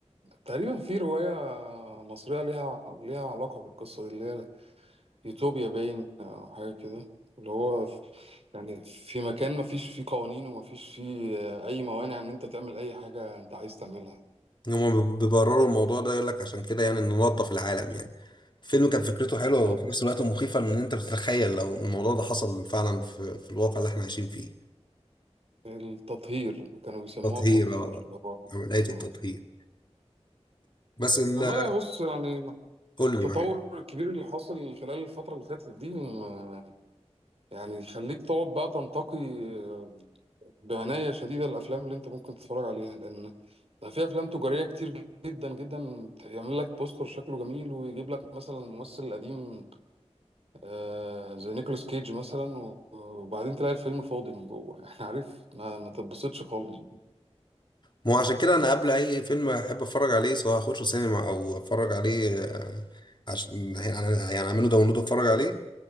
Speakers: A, on the right (about 60°); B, on the left (about 40°).
A: تقريبا في رواية مصرية ليها ليها علاقة بالقصة دي اللي هي يوتوبيا باين أو حاجة كده اللي هو في- يعني في مكان مفيش فيه قوانين ومفيش فيه آه، أي موانع إن أنت تعمل أي حاجة أنت عايز تعملها
B: هما بيبرروا الموضوع ده يقول لك عشان كده يعني ننظف العالم يعني الفيلم كان فكرته حلوة
A: آه،
B: وفي نفس الوقت مخيفة إن أنت بتتخيل لو الموضوع ده حصل فعلا في, في الواقع اللي إحنا عايشين فيه
A: التطهير كانوا بيسموها
B: تطهير
A: التطهير
B: آه،
A: اللي هو
B: عملية التطهير
A: آه.
B: بس ال-
A: والله يا بص يعني
B: قول
A: التطور
B: لي معايا
A: الكبير اللي حاصل خلال الفترة اللي فاتت دي م- يعني يخليك تقعد بقى تنتقي آه، بعناية شديدة الأفلام اللي أنت ممكن تتفرج عليها لأن بقى في أفلام تجارية كتير جدا جدا يعمل لك بوستر شكله جميل ويجيب لك مثلا ممثل قديم آه، زي نيكولاس كيج مثلا و- وبعدين تلاقي الفيلم فاضي من جوه <laughs> يعني عارف ما, ما تتبسطش خالص
B: ما هو عشان كده انا قبل اي فيلم احب اتفرج عليه سواء اخشه سينما او اتفرج عليه آه، عشان يعني يعني اعمله داونلود واتفرج عليه